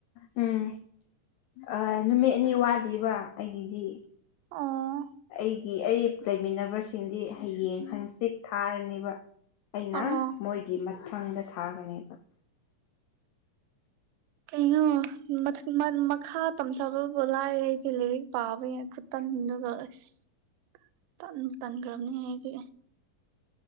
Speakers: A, on the left (about 85°); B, on the right (about 80°).
A: ꯎꯝ ꯑ ꯅꯨꯃꯤꯠꯅꯤ ꯋꯥꯠꯂꯤꯕ ꯑꯩꯒꯤꯗꯤ
B: ꯑꯣ
A: ꯑꯩꯒꯤ ꯑꯩꯞ ꯂꯩꯃꯤꯟꯅꯕꯁꯤꯡꯗꯤ ꯍꯩꯌꯦꯡ ꯍꯪꯆꯤꯠ ꯊꯥꯔꯅꯤꯕ ꯑꯩꯅ
B: ꯑꯣ
A: ꯃꯣꯏꯒꯤ ꯃꯊꯪꯗ ꯊꯥꯒꯅꯦꯕ
B: ꯀꯩꯅꯣ <unintelligible> ꯃꯈꯥ ꯇꯝ ꯊꯥꯕꯜꯕꯨ ꯂꯥꯏꯔꯦ ꯑꯩꯒꯤ ꯂꯔꯤꯛ ꯄꯥꯕ ꯌꯥ ꯈꯨꯇꯟꯗꯨꯒ ꯑꯁ ꯇꯟꯕꯨ ꯇꯟꯒ꯭ꯔꯝꯅꯤ ꯑꯩꯗꯤ